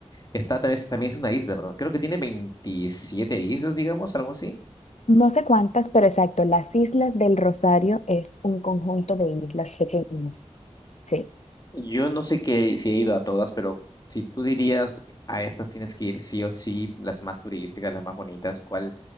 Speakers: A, on the left; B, on the left.
A: Está también, también es una isla, ¿verdad? Creo que tiene 27 islas, digamos, algo así.
B: No sé cuántas, pero exacto, las Islas del Rosario es un conjunto de islas pequeñas. Sí.
A: Yo no sé qué, si he ido a todas, pero si tú dirías a estas tienes que ir sí o sí, las más turísticas, las más bonitas, ¿cuál,